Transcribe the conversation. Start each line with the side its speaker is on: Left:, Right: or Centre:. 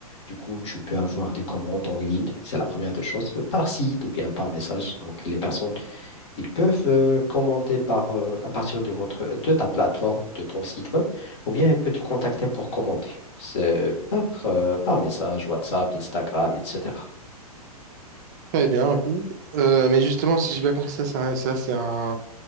Left: Du coup, tu peux avoir des commandes en ligne, c'est la première des choses, par site ou bien par message. Donc, les personnes ils peuvent euh, commander par, euh, à partir de votre, de ta plateforme, de ton site web, ou bien ils peuvent te contacter pour commander. C'est par, euh, par message, WhatsApp, Instagram, etc.
Right: Très bien, oui. Euh, mais justement, si j'ai bien compris, ça, ça, ça, c'est un,